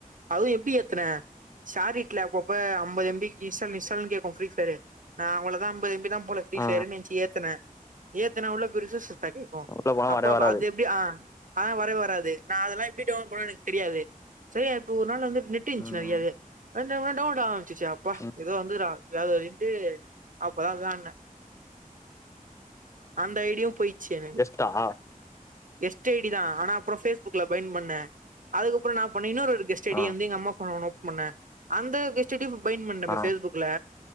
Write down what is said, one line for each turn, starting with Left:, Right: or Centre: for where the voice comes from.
Right: அது எப்டி ஏத்துன ஷரீட்ல அப்ப அப்ப அம்பது எம் பி இசல் மிசல் கேக்கு ஃப்ரீபயரு நா அவ்ள தா அம்பது எம் பி தா போல ஃபீரிபேர்ரு
Left: ஆ
Right: நென்ச்சு ஏத்துன ஏத்துன உள்ள பெருஸ் ரிஸ்சுபேக் கேக்கு
Left: உள்ள போனா
Right: அப்ப
Left: வரவே வராது
Right: அது எப்டி ஆ ஆனா வரவே வராது நா அதெல்லா எப்டி டவுன்லோட் பண்ணுவ எனக்கு தெரியாது செரியா இப்போ ஒரு நாள் வந்து நெட்டு இன்சி
Left: ம்
Right: நறயாவே வந்தவே டவுன்லோட் ஆ சிசி அப்பா
Left: ம்
Right: ஏதோ வந்துகுறாங்கோ வேறா வலின்ட்டு அப்போது விளாடுன அந்த ஐடியு போய்ச்சு எனக்கு
Left: தா
Right: கெஸ்ட் ஐ டி தா ஆனா அப்புறோ பேஸ்புக்ல பைன் பண்ண அதுக்கப்புறோ நா எண்ண பண்ண இன்னொரு கெஸ்ட் ஐடி
Left: ஆ
Right: வந்து எங்க அம்மா ஃபோன்ல ஒன்னு ஓப்பன் பண்ண அந்த கெஸ்ட் ஐடி பைன் பண்ண
Left: ஆ
Right: பேஸ்புக் ல